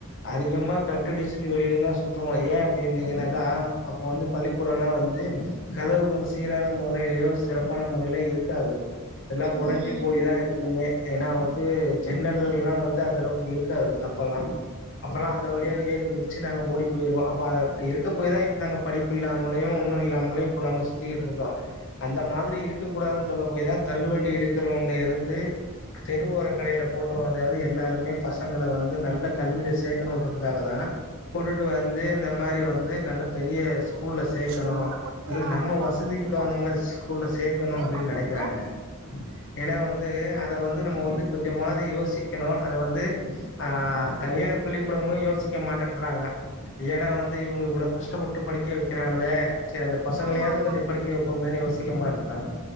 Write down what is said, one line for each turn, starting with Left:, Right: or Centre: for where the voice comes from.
Left: அதிகமா கட்டடிச்சுட்டு வெளியிலதான் சுத்துவோம் ஏன் அப்படிந்தீங்கன்னாக்கா அப்ப வந்து பள்ளிக்கூடம் எல்லாம் வந்து கதவுகள் சீரான முறையிலயும் சிறப்பான முறையிலயும் இருக்காது எல்லாம் உடஞ்ச
Right: ம்
Left: ஞ்சு போய் தான் இருக்குமே ஏன்னா வந்து ஜன்னல் வழிய எல்லாம் வந்து அந்த அளவுக்கு இருக்காது அப்பல்லாம் அப்பெல்லாம் அந்த வழியா ஏறி குதிச்சு நாங்க ஓடி போயுருவோம் அப்ப அது அப்படி இருக்க போய் தான் இப்ப நாங்க படி இல்லாமல ஒன்னும் இல்லாமல இப்ப நாங்க சுத்திக்கிட்டு இருக்கோம் அந்த மாதிரி இருக்கக்கூடாது சொல்ல போய் தான் தள்ளுவண்டி இழுக்கு <unintelligible> இங்க இருந்து தெருவோர கடையில போட்டவ இருந்து எல்லாருமே பசங்களை வந்து நல்ல கல்வில சேர்க்கணுன்றதுக்காக தான் கொட்டுட்டு வந்து இந்த மாதிரி வந்து நல்ல பெரிய ஸ்கூல்ல சேக்கணும்
Right: ஊருக்க கொட்லனா
Left: இல்ல நம்ம
Right: அடி வாங்குவ
Left: வசதிக்கு
Right: கீழ
Left: தகுந்த மாதிரி ஸ்கூல்ல சேர்க்கணும்
Right: எது
Left: அப்படின்னு
Right: கொட்ற
Left: நினைக்கிறாங்க
Right: கீழ
Left: என்னா வந்து அதை வந்து நம் வந்து கொஞ்சமது யோசி இருக்கணு அது வந்து ஆஹ் தனியா பள்ளிக்கூடங்களு யோசி எடுக்க மாட்டேன்றாங்க ஏன்னா வந்து இவங்க இவ்ளோ கஷ்டப்பட்டு படிக்க வைக் கிறாங்களே சரி அந்த பசங்களயாவது
Right: ஆமா ஆமா
Left: கொஞ்சம் படிக்க வைப்பமேனு யோசி அதிகமா இருந்தாங்க